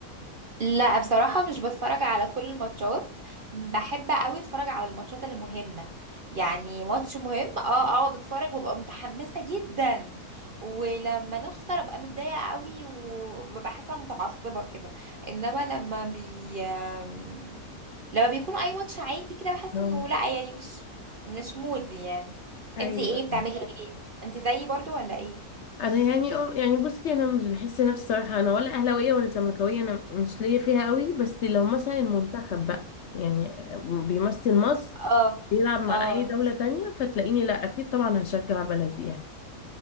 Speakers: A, on the right; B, on the left.
A: لا بصراحة مش بتفرج على كل الماتشات بحب قوي اتفرج على الماتشات اللي مهمة يعني ماتش مهم اه اقعد اتفرج وابقى متحمسة جدا ولما نخسر ابقى متضايقة قوي وببقى حاسة متعصبة كده انما لما بي آم، لما بيكون اي ماتش عادي كده بحس
B: اه
A: انه لا يعني مش مش مودي يعني
B: ايوه
A: انتي ايه بتعملي ايه انتي زيي برضو ولا ايه
B: انا يعني اه يعني بصي انا مش بحس نفسي صراحه انا ولا اهلاويه ولا زملكاويه انا مش ليا فيها قوي بس لو مثلا المنتخب بقى يعني بيمثل مصر
A: اه
B: بيلعب مع
A: اه
B: اي دوله تانية فتلاقيني لا اكيد طبعا هشجع بلدي يعني